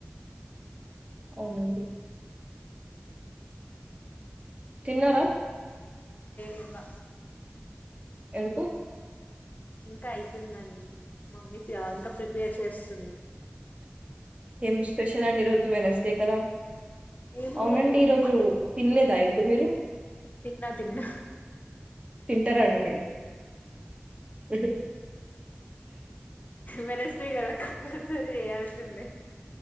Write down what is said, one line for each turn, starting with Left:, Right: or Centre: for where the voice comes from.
Right: అవునండి తిన్నారా
Left: లేదు ఇంగా
Right: ఎందుకు
Left: ఇంకా అయితుందండి మమ్మీ ఇంకా ప్రిపేర్ చేస్తుంది
Right: ఏం స్పెషల్ అండి ఈరోజు వెనస్డే కదా
Left: ఏం
Right: అవునండి
Left: లేదు
Right: ఈరోజు తినలేదా ఎగ్ మీరు
Left: తిన్నా తిన్నా
Right: తింటారండి మీరు ఎటు హూ
Left: వెడ్నెస్డే కదా కంపల్సరీ ఏయాల్సిందే